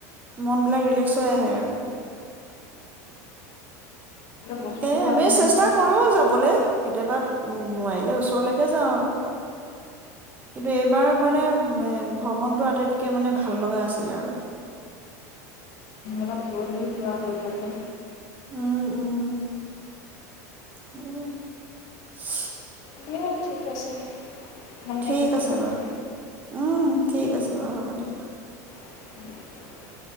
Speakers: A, on the right; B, on the left.
A: মনবিলাক ৰিলেক্স হৈ আহে আৰু
B: বছৰটোৰ
A: এ
B: কাৰণে
A: আমি
B: নহয়
A: চেষ্টা কৰো যাবলে কেতিয়াবা নোৱাৰিলে ওচৰলৈকে যাওঁ আৰু কিন্তু এইবাৰ মানে মেম ভ্ৰমণটো আটাইতকে মানে ভাল লগা আছিল আৰু
B: অলপ ৰৈ মেলি যোৱা হ'ল তাকে
A: উম উম সেয়ে
B: দিয়া ঠিক আছে ভাল
A: ঠিক
B: লাগিল কথা
A: আছে
B: পাতি
A: বাৰু উম ঠিক আছে হ'ব দিয়া
B: উম